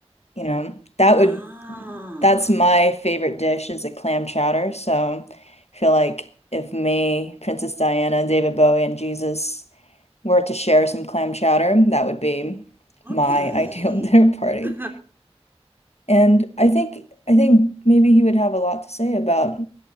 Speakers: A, on the left; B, on the right.
A: you know, that
B: Ah,
A: would, that's my favorite dish is a clam chowder. So I feel like if me, Princess Diana, David Bowie, and Jesus were to share some clam chowder, that would be
B: okay.
A: my <laughs> ideal dinner party.
B: <laughs>
A: And I think, I think maybe he would have a lot to say about